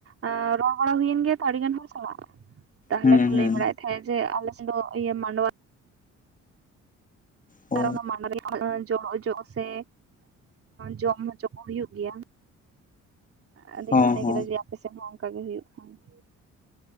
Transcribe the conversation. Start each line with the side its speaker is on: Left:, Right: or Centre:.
Right: ᱮᱸ ᱨᱚᱲ ᱵᱟᱲᱟ ᱦᱩᱭᱮᱱ ᱜᱮᱭᱟ ᱛᱚ ᱟᱹᱰᱤ ᱜᱟᱱ ᱦᱚᱲ ᱥᱟᱞᱟᱜ, ᱛᱟᱦᱚᱞᱮ
Left: ᱦᱩᱸ
Right: ᱠᱚ
Left: ᱦᱩᱸ
Right: ᱞᱟᱹᱭ ᱵᱟᱲᱟᱭᱮᱫ ᱛᱟᱦᱮᱸᱫ ᱡᱮ ᱟᱞᱮ ᱥᱮᱫ ᱫᱚ ᱤᱭᱟ. ᱢᱟᱰᱣᱟ,
Left: ᱦᱳᱭ
Right: ᱟᱨ ᱚᱱᱟ ᱢᱟᱱ ᱫᱟᱨᱮ ᱠᱷᱚᱡᱽ <unintelligible> ᱡᱚ ᱥᱮ ᱡᱚᱢ ᱦᱚᱪᱚ ᱠᱚ ᱦᱩᱭᱩᱜ ᱜᱮᱭᱟ ᱾ ᱟᱫᱚᱧ
Left: ᱦᱚᱸ
Right: ᱢᱚᱱᱮ
Left: ᱦᱚᱸ
Right: ᱠᱮᱫᱟ ᱡᱮ ᱟᱯᱮ ᱥᱮᱫ ᱦᱚᱸ ᱚᱱᱠᱟᱜᱮ ᱦᱩᱭᱩᱜ ᱠᱷᱟᱱ ᱾